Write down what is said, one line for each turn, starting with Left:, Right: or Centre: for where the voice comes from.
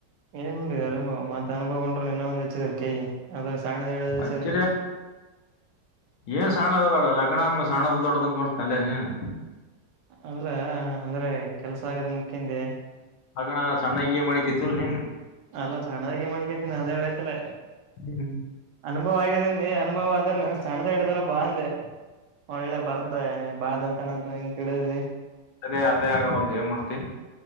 Right: ಏನು ನಡ ಅನುಭವ ಮತ್ತ ಅನುಭವ ಉೊಂಡ ನಿನ್ನೆಂದಚ ಇದಳ ಕೈ ಅದ ಸ್ಣದ ಹೇಳ
Left: ಅಚ್ಚರಿ
Right: ಸರಿ
Left: ಏನ್ ಸಣ್ಣದ ದೊಡ್ಡ ಲಗ್ನ ಸಣ್ಣದ ದೊಡ್ದಂತ ನೋಡ್ತಲ್ಲೇ ನೀನ್
Right: ಅಲ್ಲ ಅಂದ್ರೆ ಕೆಲ್ಸ ಆಗದ ಮುಖ್ಯಿಂದ
Left: ಅಣ ಸಣ್ಣಾಗಿ ಮಾಡಿಿಕತಿಲ್ ನೀನ್
Right: ಅಲ್ಲ ಸಣ್ಣದಾಗಿ ಮಣಗೇತನಿ ಅದರಡ ಆೈ್ತಲ
Left: ಏನ್
Right: ಅನುಭವ ಆಗಿದೆಂದಿ ಅನುಭವ ಆದ್ರನು ಸಣ್ಣದ ಹಿಡ್ದಲ್ಲಪ್ಪಾ ಅಂದೆ ಒಳ್ಳೆ ಬರ್ತ ಬಾಳ್ದಂತನ ಅಂತ ಏನ್ ತಿಳಿದ್ಿ
Left: ಅದೇ ಅದೇ ಆಗವಲ್ ಏ ಮಾಡಡ್ತಿ